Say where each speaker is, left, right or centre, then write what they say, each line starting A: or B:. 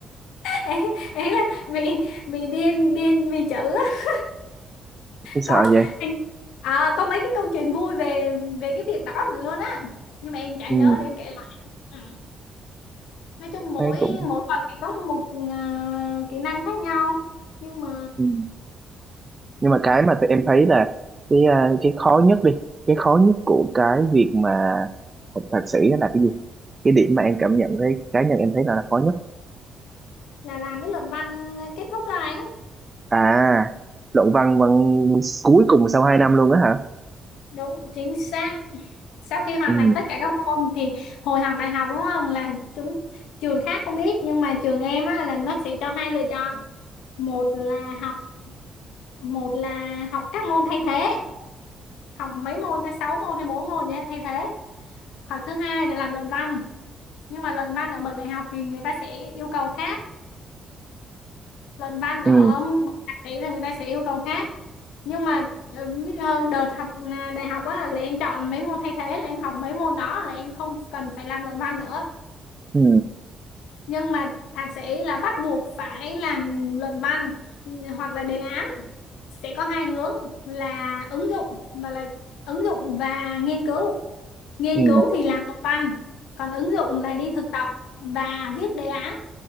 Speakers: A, on the left; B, on the right.
A: <laughs> ý, ý là bị bị điên điên vì chữ á
B: sợ
A: có
B: vậy
A: à, có mấy cái câu chuyện vui về về cái việc đó nữa luôn á nhưng mà em chả
B: ừ
A: nhớ để em kể lại Ừ. nói chung mỗi
B: thấy cũng
A: mỗi bậc thì có một à, kỹ năng khác nhau nhưng mà
B: ừ. nhưng mà cái mà tụi em thấy là cái à, cái khó nhất đi cái khó nhất của cái việc mà học thạc sĩ đó là cái gì cái điểm mà em cảm nhận thấy cá nhân em thấy là, là khó nhất
A: là làm cái luận văn kết thúc đó anh
B: à luận văn văn cuối cùng sau 2 năm luôn á hả
A: đúng chính xác sau khi hoàn
B: ừ
A: thành tất cả các môn thì hồi học đại học đúng không là chúng trường khác không biết nhưng mà trường em á, là nó sẽ cho hai lựa chọn một là học một là học các môn thay thế học mấy môn ta sáu môn hay bốn môn nhé thay thế hoặc thứ hai là làm luận văn nhưng mà luận văn ở bậc đại học thì người ta sẽ yêu cầu khác luận văn ở
B: ừ
A: một tạp chí là người ta sẽ yêu cầu khác nhưng mà ờ, ví- ờ, đợt học à, đại học á là em chọn mấy môn thay thế là em học mấy môn đó là em không cần phải làm luận văn nữa
B: ừ
A: nhưng mà thạc sĩ là bắt buộc phải làm luận văn ừ, hoặc là đề án sẽ có hai hướng là ứng dụng và là ứng dụng và nghiên cứu nghiên
B: ừ
A: cứu thì làm luận văn còn ứng dụng là đi thực tập và viết đề án